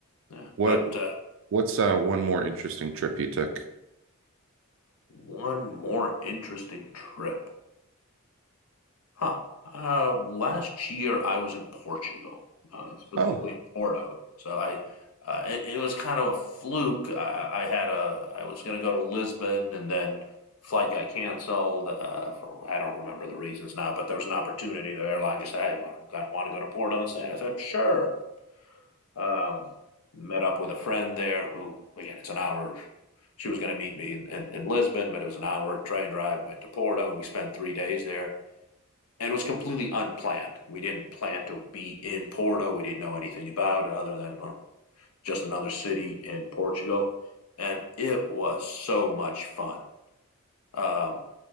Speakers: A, on the left; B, on the right.
A: yeah.
B: What
A: But uh,
B: what's uh one more interesting trip you took?
A: one more interesting trip. Huh. Uh, last year I was in Portugal, uh, specifically
B: Oh,
A: in Porto. So I, uh, it, it was kind of a fluke. I, I had a, I was going to go to Lisbon and then flight got canceled uh, for I don't remember the reasons now, but there was an opportunity. The airline just said, "Hey, want want to go to Porto instead?" I said, "Sure." Um, met up with a friend there who, again, it's an hour. She was going to meet me in, in, in Lisbon, but it was an hour train drive. Went to Porto and we spent three days there and it was completely unplanned. We didn't plan to be in Porto. We didn't know anything about it other than well, just another city in Portugal, and it was so much fun. Um,